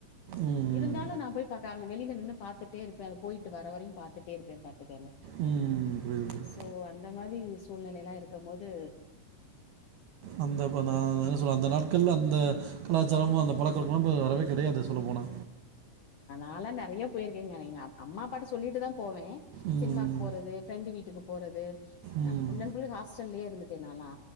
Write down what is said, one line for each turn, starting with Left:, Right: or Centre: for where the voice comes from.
Right: ம் ம்
Left: இருந்தாலும்
Right: ம்
Left: நான் போய் பாக்க வெளியில நின்னு பாத்துட்டே இருப்பேன் அது போயிட்டு வரவரைய பாத்துட்டே இருப்பேன்
Right: ம் புரியுது புரியுது
Left: சோ அந்த மாதிரி சொல்ல <unintelligible> இருக்கும்போது
Right: அந்தப்ப தான் என்ன சொல்றது அந்த நாட்கள்ல அந்த கலாச்சாரம் அந்த பழக்க வழக்கம் இல்லாம் வரவே கிடையாது சொல்ல போனா
Left: நாலாம் நிறைய போயிருக்கேங்க எங்க அம்மா அப்பா கிட்ட சொல்லிட்டுதான் போவன்
Right: ம்
Left: சினிமாக்கு போறது ஃப்ரெண்டு வீட்டுக்கு போறது
Right: ம்
Left: நான் ஃபுல்லன் ஃபுல் ஹாஸ்டல்லே இருந்துட்டேன் நான்லா